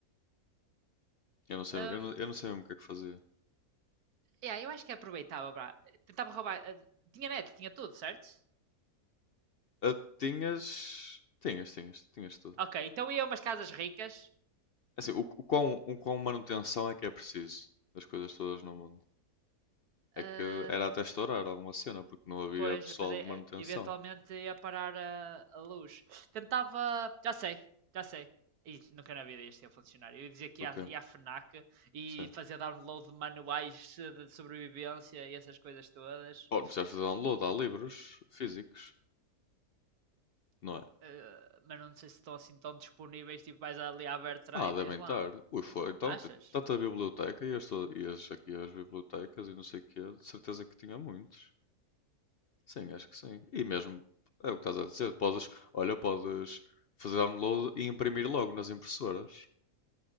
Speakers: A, on the left; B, on the right.
A: eu não sei,
B: Hum,
A: eu não, eu não sei mesmo o que é que fazia.
B: yeah, eu acho que aproveitava, pá. Tentava roubar. eh, tinha net, tinha tudo, certo?
A: Ah, tinhas, tinhas, tinhas, tinhas tudo.
B: Ok, então ia a umas casas ricas.
A: É Assim, o, o quão, o quão manutenção é que é preciso das coisas todas no mundo? É
B: ah,
A: que era até estourar alguma cena, porque não havia
B: Pois,
A: pessoal
B: depois eh,
A: de manutenção.
B: eventualmente ia parar a, a luz. Tentava. Já sei, já sei. Ih, nunca na vida isto ia funcionar. Eu ia dizer que
A: O
B: ia,
A: quê?
B: à- ia à FNAC e
A: Sim.
B: fazer download de manuais eh, de sobrevivência e essas coisas todas.
A: Bom, precisaste fazer download, há livros físicos, não é?
B: Eh, mas não sei se estão assim tão disponíveis. Tipo, vais ali à Bertrand
A: Ah,
B: e
A: devem
B: tens lá.
A: estar. Ui, foi. Então,
B: Achas?
A: t- tanta biblioteca, ias, to- ias aqui às bibliotecas e não sei o quê, de certeza que tinha muitos. Sim, acho que sim. E mesmo, é o que estás a dizer, podes, olha, podes fazer download e imprimir logo nas impressoras.